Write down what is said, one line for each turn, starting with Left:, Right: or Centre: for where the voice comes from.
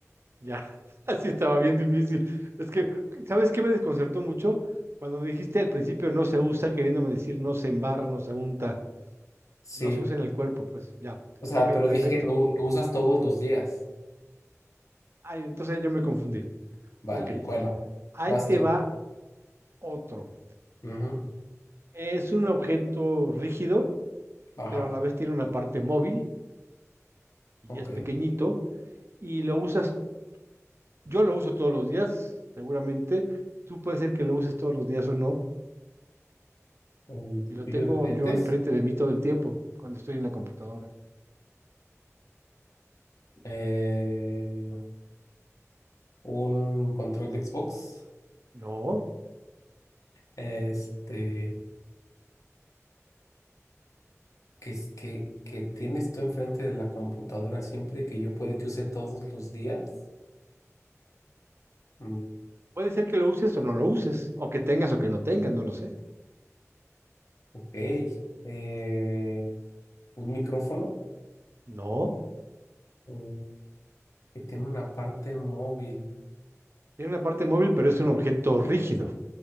Right: Ya, <laughs> así estaba bien difícil. Es que, ¿sabes qué me desconcertó mucho? Cuando me dijiste al principio no se usa, queriéndome decir no se embarra, no se unta.
Left: sí.
Right: no se usa en el cuerpo, pues ya.
Left: O sea,
Right: Ok,
Left: pero
Right: perfecto.
Left: dije, <laughs> lo, lo usas todos los días.
Right: Ay, entonces yo me confundí.
Left: Vale,
Right: Ok,
Left: bueno,
Right: ahí
Left: vas
Right: te
Left: tú.
Right: va otro.
Left: Ujú,
Right: Es un objeto rígido,
Left: Ajá,
Right: pero a la vez tiene una parte móvil y
Left: ok.
Right: es pequeñito y lo usas, yo lo uso todos los días, seguramente. Tú puede ser que lo uses todos los días o no,
Left: El cepillo
Right: y lo tengo
Left: de dientes.
Right: yo enfrente de mí todo el tiempo cuando estoy en la computadora.
Left: Eh, un control de Xbox,
Right: No,
Left: este, que es que, que tienes tú enfrente de la computadora siempre y que yo puede que use todos los días. Mm,
Right: puede ser que lo uses o no lo uses, o que tengas o que no tengas, no lo sé.
Left: ok. Eh, un micrófono
Right: No,
Left: mm, que tiene una parte móvil,
Right: tiene una parte móvil, pero es un objeto rígido.